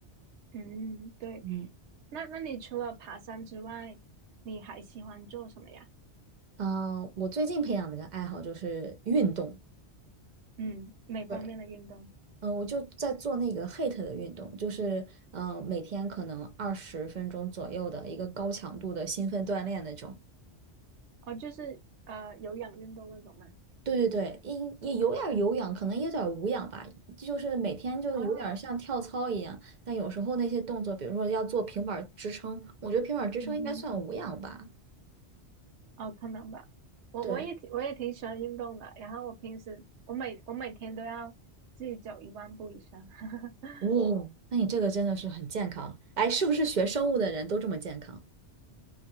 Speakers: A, on the right (about 80°); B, on the right (about 50°).
A: 嗯，对。
B: 嗯。
A: 那那你除了爬山之外，你还喜欢做什么呀？
B: 嗯，呃我最近培养的一个爱好就是运动。
A: 嗯，哪方面的运动？
B: 对，嗯，呃我就在做那个 HIIT 的运动，就是嗯，呃每天可能二十分钟左右的一个高强度的兴奋锻炼那种。
A: 哦，就是呃有氧运动那种嘛。
B: 对对对，也也有点儿有氧，可能也有点儿无氧吧，就是每天就有点儿像跳操一样。
A: 啊，
B: 但有时候那些动作，比如说要做平板儿支撑，我觉得平板儿支撑应该算无氧吧。
A: 嗯哼，哦，可能吧。我我也挺我也挺喜欢运动的，
B: 对，
A: 然后我平时我每我每天都要自己走一万步以上。<laughs>
B: 哦，那你这个真的是很健康。哎，是不是学生物的人都这么健康？